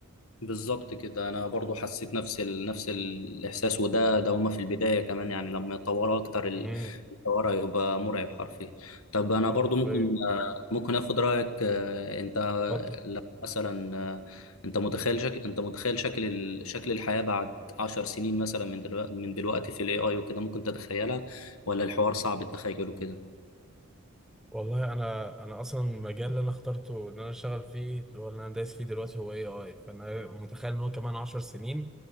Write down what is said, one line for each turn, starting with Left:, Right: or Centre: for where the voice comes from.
Left: بالظبط كده انا برضو حسيت نفس ال... نفس الاحساس وده ده هما في البدايه كمان يعني لما يتطوروا اكتر ال-
Centre: امم
Left: الحوار هيبقى مرعب حرفيا طب انا
Centre: اه
Left: برضو
Centre: حرفيا
Left: ممكن آه، ممكن اخد رايك آه، انت
Centre: اتفضل
Left: لو مثلا آه، انت متخيل شك... انت متخيل شكل ال... شكل الحياه بعد عشر سنين مثلا من دلوقتي من دلوقتي في الاي اي وكده ممكن تتخيلها ولا الحوار صعب التخيل وكده
Centre: والله انا انا اصلا المجال اللي انا اخترته ان انا اشتغل فيه اللي هو اللي انا دايس فيه دلوقتي هو اي اي فانا متخيل ان هو كمان 10 سنين